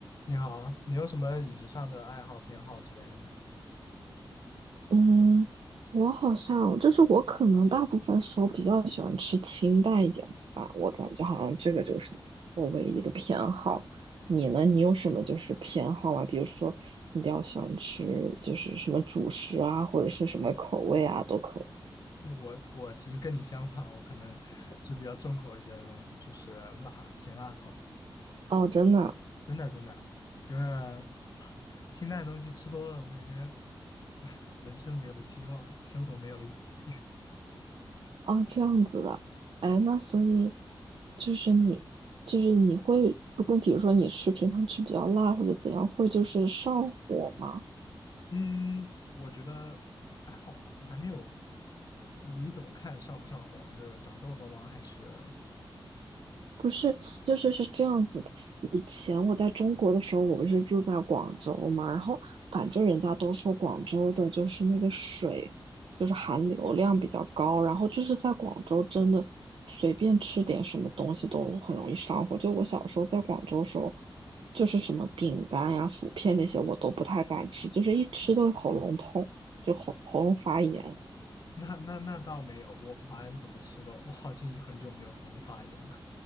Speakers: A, on the left (about 45°); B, on the right (about 75°).
A: 你好，你有什么饮食上的爱好、偏好之类的吗？
B: 嗯，我好像就是我可能大部分时候比较喜欢吃清淡一点的饭，我感觉好像这个就是我唯一的偏好。你呢？你有什么就是偏好吗？比如说你比较喜欢吃就是什么主食啊，或者是什么口味啊，都可以。
A: 我我其实跟你相反，我可能 <laughs> 是比较重口一些的东西，就是辣、咸辣口。
B: 哦，真的
A: 真的真的，就是清淡的东西吃多了，我感觉，唉，人生没有了希望，生活没有了意义。
B: 哦，这样子的。哎，那所以就是你就是你会，如果比如说你吃平常吃比较辣或者怎样，会就是上火吗？
A: 嗯，我觉得还好吧，我还没有。你怎么看上不上火呢？就是长痘痘吗？还是
B: 不是，就是是这样子的。以前我在中国的时候，我不是住在广州嘛，然后反正人家都说广州的就是那个水，就是含硫量比较高，然后就是在广州真的随便吃点什么东西都很容易上火。就我小时候在广州的时候，就是什么饼干呀、薯片那些我都不太敢吃，就是一吃都喉咙痛，就喉喉咙发炎。
A: 那那那倒没有，我好像怎么吃都，我好像已经很久没有喉咙发炎了。